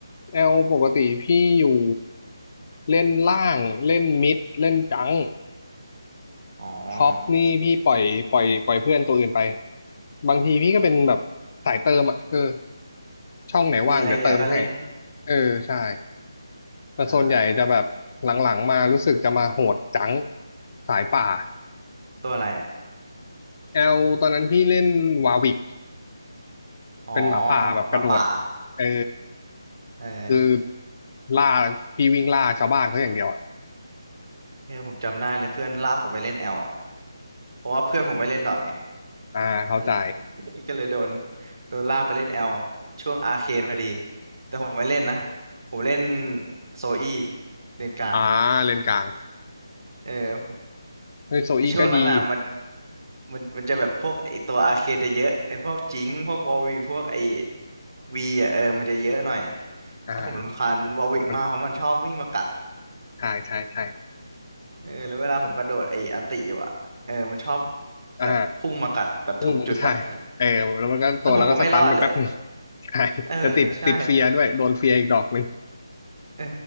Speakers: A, on the left; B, on the right.
A: แอลปกติพี่อยู่เล่นล่างเล่นมิดเล่นจัง
B: อ๋อ
A: ท็อปนี่พี่ปล่อยปล่อยปล่อยเพื่อนตัวอื่นไปบางทีพี่ก็เป็นแบบสายเติมอ่ะเออช่องไหนว่างเดี๋ยวเติมให้
B: มีอะไรเหลือก็เล่น
A: เออใช่แต่ส่วนใหญ่จะแบบหลังๆมารู้สึกจะมาโหดจัง
B: อ่า
A: สายป่า
B: ตัวอะไรอ่ะ
A: แอลตอนนั้นพี่เล่นวาวิก
B: อ๋อ
A: เป็นหมาป่าแบบกระโดด
B: หมาป่า
A: เออ
B: เออ
A: คือล่าพี่วิ่งล่าชาวบ้านเขาอย่างเดียวอ่ะ
B: เออผมจำได้เลยเพื่อนลากผมไปเล่นแอลอ่ะเพราะว่าเพื่อนผมไม่เล่นดอทไง
A: อ่าเข้าใจ
B: นั่นแหละ <laughs> ก็เลยโดนโดนลากไปเล่นแอลช่วงอาร์เคนพอดีแต่ผมไม่เล่นนะผมเล่นโซอี้เลนกลาง
A: อ่าเลนกลาง
B: เออ
A: เฮ้ยโซอี้ก็ดี
B: ไอช่วงนั้นอ่ะมันมันมันจะแบบพวกไอตัวอาร์เคนจะเยอะไอพวกจิงค์พวกวอลวิกพวกไอวีอ่ะเออมันจะเยอะหน่อย
A: อ่า
B: แล้วผมรำคาญวอลวิกมากเพราะมันชอบวิ่งมากัด
A: มันใช่ใช่ใช่
B: เออแล้วเวลาผมกระโดดไอ้อันติอยู่อะเออมันชอบ
A: อ่า
B: แบบพุ่งมากัดแบบถูกจุดอะ
A: อืมใช่เออแล้วมันก็ตัวเราก็สตันไปแป๊บนึง
B: <laughs> แล้วผมก็ไม่รอดเลยอะ
A: ใช่จะติดติดเฟียร์ด้วย
B: เออใช่
A: โดนเฟียร์อีกดอกหนึ่ง
B: เออ